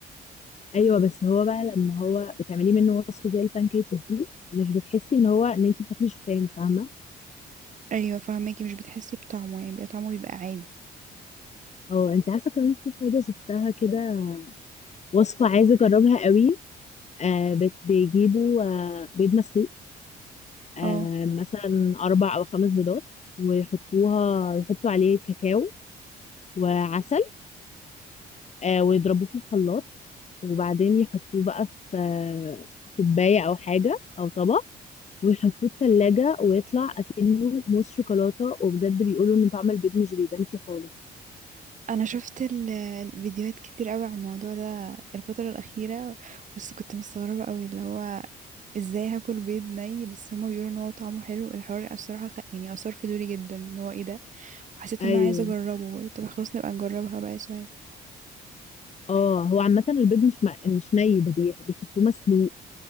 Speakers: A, on the left; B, on the right.
A: ايوه بس هو بقى لما هو بتعمليه منه وصفة زي البان كيك دي مش بتحسي ان هو ان انت بتاكلي شوفان فاهمة
B: ايوه فهماكي مش بتحسي بطعمه يعني بيبقى طعمه بيبقى عادي
A: او انت عارفة كمان في حاجة شفتها كده وصفة عايزة اجربها قوي آه بت- بيجيبوا آه بيض مسلوق آه،
B: اه
A: مثلا أربع أو خمس بيضات ويحطوها يحطوا عليه كاكاو وعسل آه، ويضربوه في الخلاط وبعدين يحطوه بقى في آه، كوباية أو حاجة أو طبق ويحطوه التلاجة ويطلع أكنه موس شوكولاتة وبجد بيقولوا إن طعم البيض مش بيبان فيه خالص
B: انا شفت ال- الفيديوهات كتير قوي على الموضوع ده الفتره الاخيره بس كنت مستغربة قوي اللي هو ازاي هاكل بيض ني بس هما بيقولوا ان هو طعمه حلو الحوار الصراحه خ... يعني اثار فضولي جدا ان هو ايه ده وحسيت
A: أيوه
B: ان انا عايزه اجربه برضه طب خلاص نبقى نجربها بقى يا سهيل
A: اه هو عامة البيض مش م... مش ني ده بي- بيحطوه مسلوق